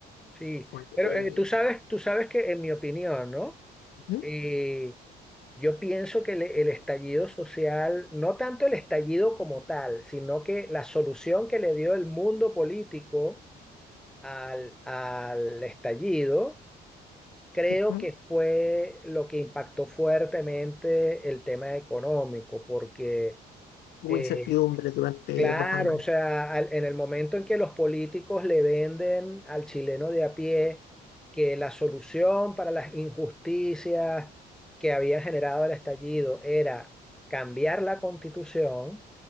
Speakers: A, in the centre; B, on the left.
A: sí.
B: fue,
A: Pero
B: eh,
A: eh, tú sabes, tú sabes que en mi opinión, ¿no?
B: ¿sí?
A: eh, yo pienso que el, el estallido social, no tanto el estallido como tal, sino que la solución que le dio el mundo político al, al estallido, creo
B: Ujú.
A: que fue lo que impactó fuertemente el tema económico, porque
B: Hubo
A: eh,
B: incertidumbre durante
A: Claro,
B: dos años.
A: o sea, al- en el momento en que los políticos le venden al chileno de a pie que la solución para las injusticias que habían generado el estallido era cambiar la constitución,